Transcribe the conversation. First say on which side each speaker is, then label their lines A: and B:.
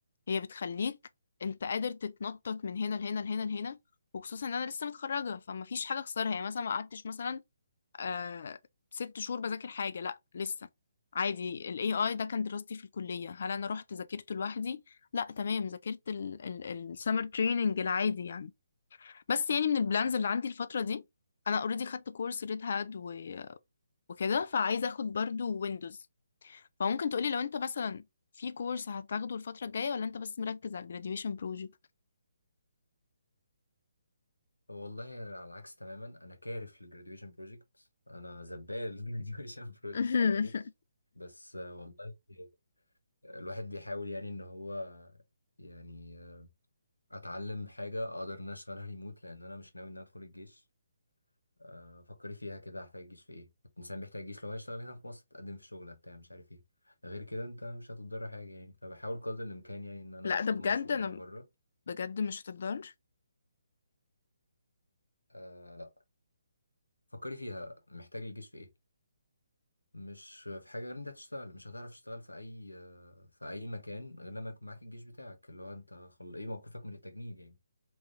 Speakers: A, on the left; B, on the left.
A: هي بتخليك انت قادر تتنطط من هنا لهنا لهنا لهنا وخصوصا ان انا لسه متخرجه فما فيش حاجه اخسرها يعني مثلا ما قعدتش مثلا آه ست شهور بذاكر حاجة لا لسه عادي ال AI ده كان دراستي في الكلية هل أنا رحت ذاكرته لوحدي؟ لا تمام ذاكرت ال ال ال summer training العادي يعني بس يعني من البلانز اللي عندي الفترة دي أنا already خدت كورس ريد هات و- وكده فعايزة أخد برضو ويندوز فممكن تقولي لو أنت مثلا في كورس هتاخده الفترة الجاية ولا أنت بس مركز على ال graduation project؟
B: والله على العكس تماما انا كارف للجراديويشن بروجكت انا زبال الجراديويشن بروجكت
A: <laughs>
B: انا ما جيتش بس آه، والله الواحد بيحاول يعني ان هو يعني آه، اتعلم حاجة اقدر ان أنا اشتغلها ريموت لان انا مش ناوي ان انا ادخل الجيش آه، فكري فيها كده هحتاج الجيش في ايه الانسان بيحتاج الجيش لو هيشتغل هنا في مصر تقدم في شغله بتاع مش عارف ايه غير كده انت مش هتضر حاجه يعني فبحاول قدر الامكان يعني ان انا
A: لا ده
B: اضمن
A: بجد
B: شغلانه
A: أنا
B: بره
A: بجد مش هتقدر
B: آه لا فكري فيها محتاج الجيش في ايه مش في حاجه غير إن انت تشتغل مش هتعرف تشتغل في اي آه، في اي مكان غير لما يكون معاك الجيش بتاعك اللي هو انت خل... ايه موقفك من التجنيد يعني